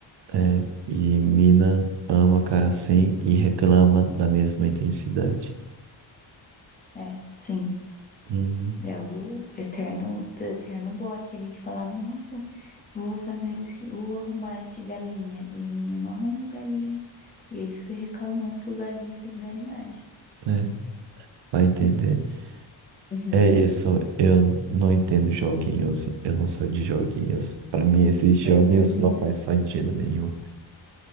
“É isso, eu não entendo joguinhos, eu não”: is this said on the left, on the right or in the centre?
Right